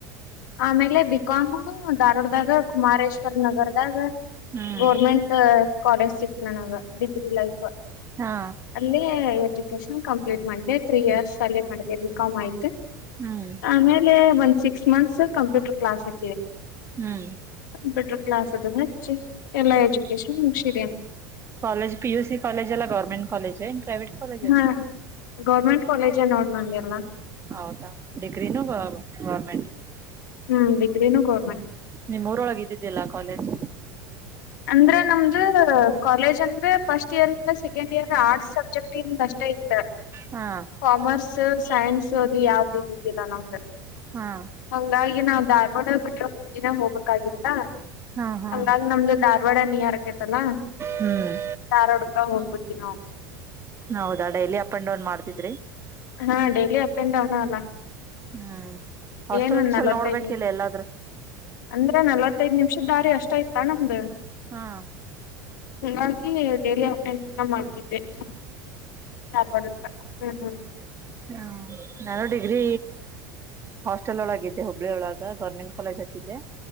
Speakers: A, on the left (about 65°); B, on the right (about 25°).
A: ಆಮೇಲೆ ಬಿಕಾಮ್ ಧಾರವಾಡದಾಗ ಕುಮಾರೇಶ್ವರ್ ನಗರದಾಗ
B: ಹ್ಮ್
A: ಗೋರ್ಮೆಂಟ್ ಕಾಲೇಜ್ ಸಿಕ್ ನನಗ ಡಿಗ್ರಿ ಲೈಫ್
B: ಹಾ
A: ಅಲ್ಲಿ ಎಜುಕೇಶನ್ ಕಂಪ್ಲೀಟ್ ಮಾಡಿದೆ ತ್ರೀ ಇಯರ್ಸ್ ಅಲ್ಲೇ ಮಾಡಿದೆ ಬಿಕಾಮ್ ಆಯ್ತು
B: ಹ್ಮ್
A: ಆಮೇಲೆ ಒಂದ್ ಸಿಕ್ಸ್ ಮಂತ್ಸ್ ಕಂಪ್ಯೂಟರ್ ಕ್ಲಾಸ್ ಆ
B: ಹ್ಮ್
A: ಕಂಪ್ಯೂಟರ್ ಕ್ಲಾಸ್ ಅದು ಹಚ್ಚಿ. ಎಲ್ಲಾ ಎಜುಕೇಶನ್ ಮುಗಸಿದೀನೆ.
B: ಕಾಲೇಜ ಪಿಯುಸ ಕಾಲೇಜ ಅಲ್ಲ government college and private college.
A: ಹಾ ಗೌರ್ಮೆಂಟ್ ಕಾಲೇಜ ನೋಡ್ ಬಂದಲ್ಲ.
B: ಹೌದಾ ಡಿಗ್ರ ನ ಬ ಗರ್ಮಂಟ್.
A: ಹ್ಮ್ ಬಿದ್ರನು ಗೋ.
B: ನಿಮ್ಮ್ ಊರೊಳಗೆ ಇದ್ದಿದ್ದಲ್ಲಾ ಕಾಲೇಜ್
A: ಅಂದ್ರೆ ನಮ್ದು ಕಾಲೇಜ್ ಅಂದ್ರೆ first year. Second year arts subject ಕಷ್ಟ ಇತ
B: ಹಾ
A: ಕಾಮರ್ಸ್. ಸೈನ್ಸ್ ಅದು ಯಾವ್ದ ಇದಿಲ್ಲ ನಮ್ದ <inaudible>
B: ಹಾ
A: ಅಂಗಾಗಿ ಈಗ ನಾವು ಧಾರವಾಡ ಬಿಟ್ರ <unintelligible> ದಿನ ಹೋಗ್ಬೇಕಾಗಿತ್ತ
B: ಹಾ ಹಾ
A: ಹಂಗಾಗಿ ನಮ್ದು ಧಾರವಾಡ ನಿಯರ್. ಆತಲ್ಲ
B: ಹ್ಮ್
A: <inaudible> ಧಾರವಾಡ ಹೋಗ್ಬಿಡ್ತೀವಿ ನಾವು
B: ಹೌದಾ ಡೈಲಿ ಅಪ್ ಅಂಡ್ ಡೌನ್ ಮಾಡ್ತಿದ್ರಿ
A: ಹಾ ಡೈಲಿ ಅಪ್ ಅಂಡ್ ಡೌನ್ ಅಲ್ಲ.
B: ಹ್ಮ್ ಹಾಸ್ಟೆಲ್
A: ಏನ್ ಒಂದ್
B: ಗಿಸ್ಟಲ್
A: ನಲ್ವತ್ತೈದ್
B: ನೋಡ್ಬೇಕಿಲ್ಲ
A: ನಿಮ್
B: ಎಲ್ಲಾದ್ರೂ.
A: ಅಂದ್ರ ನಲ್ಲವತ್ತೈದ್ ನಿಮಿಷದ ದಾರಿ ಅಷ್ಟ ಇತೈ ನಮ್ದು.
B: ಹಾ.
A: ಹಂಗಾಗಿ ಡೈಲಿ ಅಪ್ ಅಂಡ್ ಡೌನ್ ನೆ ಮಾಡ್ತಿದೆ <inaudible> ಧಾರವಾಡಿಂದ ಹ್ಮ್ ಹ್ಮ್.
B: ಹಾ ನಾನು ಡಿಗ್ರಿ ಹಾಸ್ಟೆಲ್ <inaudible> ಒಳಗಿದ್ದೆ. ಹುಬ್ಬಳ್ಳಿ ಒಳಗ ಗವರ್ಮೆಂಟ್ ಕಾಲೇಜ್ ಹತ್ತಿದೆ